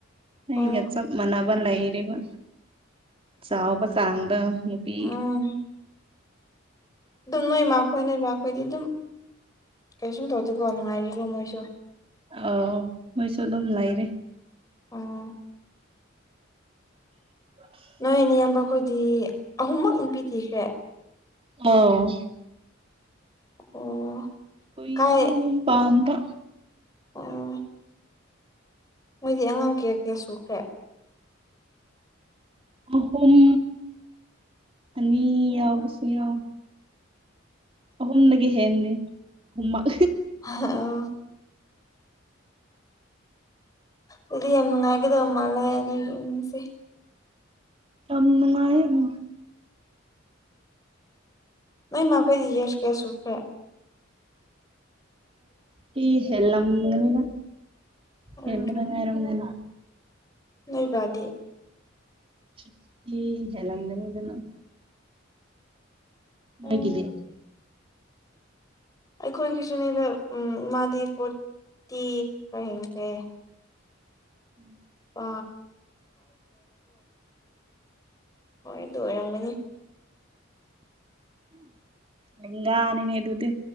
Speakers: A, on the right; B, on the left.
A: ꯑꯩꯒ
B: ꯑꯣ
A: ꯆꯞ ꯃꯥꯟꯅꯕ ꯂꯩꯔꯤꯕ ꯆꯥꯎꯕ ꯆꯥꯡꯗꯣ ꯅꯨꯄꯤ
B: ꯎꯝ ꯑꯗꯨꯝ ꯅꯣꯏ ꯃꯥ ꯈꯣꯏ ꯅꯣꯏꯕꯥ ꯈꯣꯏꯗꯤ ꯑꯗꯨꯝ ꯀꯩꯁꯨꯝ ꯇꯧꯗꯦꯀꯣ ꯅꯨꯡꯉꯥꯏꯔꯤꯀꯣ ꯃꯣꯏꯁꯨ
A: ꯑꯥꯎ ꯃꯣꯏꯁꯨ ꯑꯗꯨꯝ ꯂꯩꯔꯤ
B: ꯑꯣ
A: <unintelligible>
B: ꯅꯣꯏ ꯅꯌꯥꯝꯕ ꯈꯣꯏꯗꯤ ꯑꯍꯨꯝꯃꯛ ꯅꯨꯄꯤ ꯊꯤꯈ꯭ꯔꯦ
A: ꯑꯥꯎ
B: ꯑꯣ
A: ꯀꯨꯏꯔꯦꯗꯥ
B: ꯀꯥꯏ
A: ꯌꯨꯝ ꯄꯥꯟꯕ
B: ꯑ ꯃꯣꯏꯗꯤ ꯑꯉꯥꯡ ꯀꯌꯥ ꯀꯌꯥ ꯁꯨꯈ꯭ꯔꯦ <unintelligible>
A: ꯑꯍꯨꯝ ꯑꯅꯤ ꯌꯥꯎꯕꯁꯨ ꯌꯥꯎ ꯑꯍꯨꯝꯗꯒꯤ ꯍꯦꯟꯗ‌ꯦ ꯑꯍꯨꯝꯃꯛ
B: ꯑꯣ ꯑꯗꯨꯗꯤ ꯌꯥꯝ ꯅꯨꯡꯉꯥꯏꯒꯗꯕ ꯃꯥꯜꯂꯦ ꯅ‌ꯣꯏꯒꯤ ꯏꯃꯨꯡꯁꯦ
A: ꯌꯥꯝ ꯅꯨꯡꯉꯥꯏ ꯎꯝ
B: ꯅꯣꯏ ꯃꯥ ꯈꯣꯏꯗꯤ ꯌꯦꯁ ꯀꯌꯥ ꯁꯨꯈ꯭ꯔꯦ
A: ꯇꯤ ꯍꯦꯜꯂꯝꯒꯅꯤꯗ
B: ꯎꯝ
A: ꯍ‌ꯦꯟꯕꯗꯥ ꯉꯥꯏꯔꯝꯒꯅꯤ
B: ꯅꯣꯏ ꯕꯥꯗꯤ
A: ꯐꯤꯞꯇꯤ ꯍꯦꯟꯂꯝꯒꯅꯤꯗꯅ
B: ꯎꯝ
A: ꯅꯣꯏꯒꯤꯗꯤ
B: ꯑꯩꯈꯣꯏꯒꯤꯁꯨꯅꯦꯕ ꯏꯃꯥꯗꯤ ꯐꯣꯔꯇꯤ ꯈꯔ ꯍꯦꯟꯈ꯭ꯔꯦ
A: <unintelligible>
B: <unintelligible> ꯍꯣꯏ ꯑꯗꯨ ꯑꯣꯏꯔꯝꯒꯅꯤ
A: ꯂꯦꯡꯒꯥꯅꯤꯅꯦꯗꯨꯗꯤ